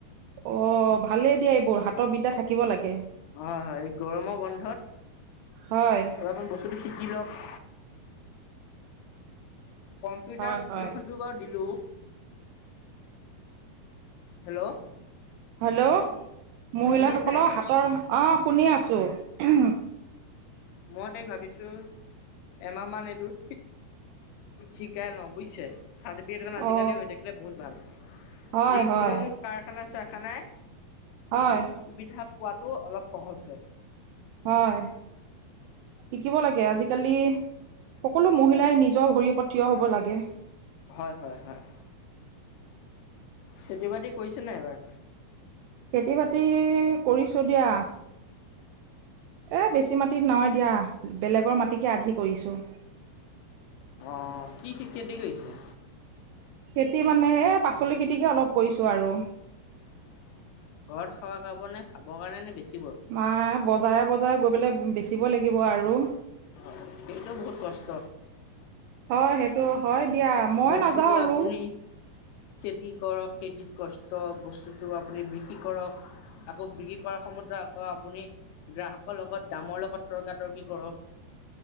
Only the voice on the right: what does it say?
অ ভালেই দিয়া এইবোৰ হাতৰ বিদা থাকিব লাগে
হয়
হয়
হয়
হেল্ল' মহিলাসকলৰ
হাতৰ অ শুনি আছো। চ
অ
হয়
হয়
হয়
হয় শিকিব লাগে আজিকালি। সকলো মহিলাই নিজৰ ভৰি ওপৰত থিয় হব লাগে
খেতি বাতি কৰিছো দিয়া। এ বেছি মাটিত নহয় দিয়া বেলেগৰ মাটিকে আধি কৰিছো।
খেতি মানে এ পাচলি খেতিকে অলপ কৰিছো আৰু।
মাই বজাৰে বজাৰে গৈ পেলাই বেচিব লাগিব আৰু।
হয় সেইটো হয় দিয়া মই
নাযাওঁ আৰু।